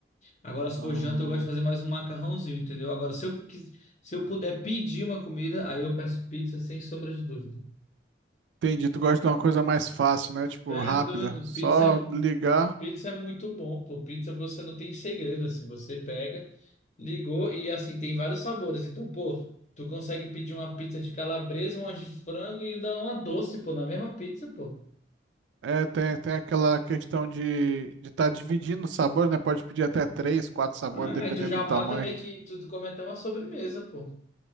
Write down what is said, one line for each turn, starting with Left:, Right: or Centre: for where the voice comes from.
Left: Agora, se
Right: Ah,
Left: for janta, eu gosto de fazer mais um macarrãozinho, entendeu? Agora, se eu, quis- se eu puder pedir uma comida, aí eu peço pizza sem sombra de dúvida.
Right: entendi, tu gosta de uma coisa mais fácil, né? Tipo,
Left: É
Right: rápida.
Left: doido,
Right: Só
Left: pizza é, mu-
Right: ligar.
Left: pizza é muito bom, pô. Pizza você não tem segredo, assim. Você pega, ligou e, assim, tem vários sabores. Então, pô, tu consegue pedir uma pizza de calabresa, uma de frango e ainda uma doce, pô, na mesma pizza, pô.
Right: É, tem, tem aquela questão de de estar dividindo os sabores, né? Pode pedir até três, quatro sabores,
Left: Ah,
Right: dependendo
Left: Aí tu já
Right: do tamanho.
Left: mata meio que tu, tu come até uma sobremesa, pô.